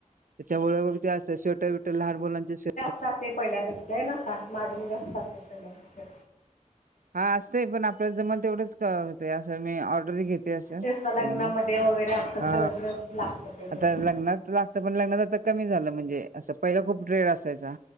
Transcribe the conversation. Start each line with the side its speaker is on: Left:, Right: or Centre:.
Right: त्याच्यामुळे मग ते असं, स्वेटर बिटर लहान मुलांचे स्वे
Left: तास आहे पहिल्यापेक्षा हे ना आता, माझं बी जास्त असत पहिल्यापेक्षा
Right: हा असतय, पण आपल्याला जमल तेवढंच करते असं मी, ऑर्डरी घेते असं
Left: तेच ना लग्नामध्ये
Right: एकदम,
Left: वगैरे आजकाल
Right: हा
Left: सगळीकडेच लागतं ते
Right: आता
Left: तसं
Right: लग्नात लाग पण लग्नात आता कमी झालं, म्हणजे असं पहिला खूप ट्रेड असायचा